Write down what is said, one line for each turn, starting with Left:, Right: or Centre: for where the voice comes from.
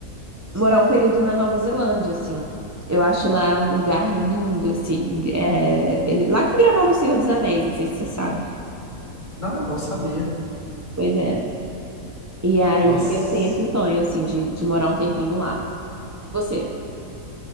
Right: morar um período na Nova Zelândia, assim. Eu acho lá um lugar lindo, assim. É, ele, lá que gravaram O Senhor dos Anéis, não sei se você sabe.
Left: Não, não sabia.
Right: Pois é. E aí
Left: Nossa,
Right: eu tenho esse sonho, assim, de, de morar um tempinho lá. E Você?